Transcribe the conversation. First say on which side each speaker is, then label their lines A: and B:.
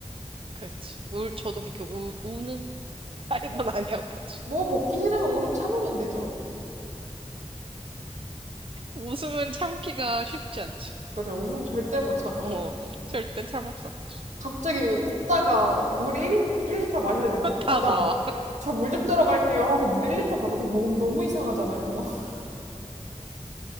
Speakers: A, on the right; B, on the right.
A: 그렇지. 울, 저도 그렇게 우, 우는 타입은
B: 그죠?
A: <laughs> 아니어가지고.
B: 뭐 먹기 싫으면 울음 참으면 되죠.
A: 웃음은 참기가 쉽지 않지.
B: 그죠? 웃음 절대 못 참아요.
A: 어, 절대 참을 수 없지.
B: 갑자기 웃다가 물 1인, 리터 마셔야 돼서
A: <laughs> 다
B: 아, 나
A: 나와.
B: 물, 저 물 좀 들어갈게요 하고 물 1리터 받아서 먹으면 너무 이상하잖아요. <laughs>